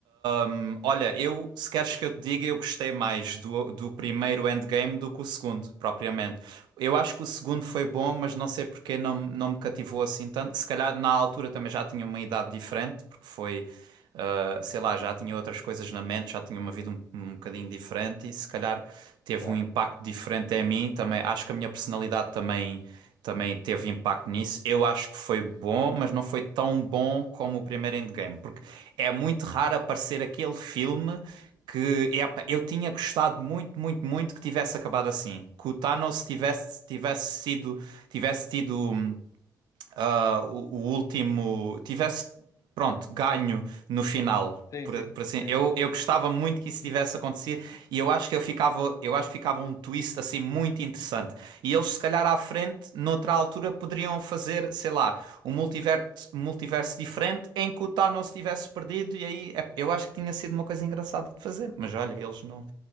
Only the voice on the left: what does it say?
Claro.
Sim,
sim,
sim.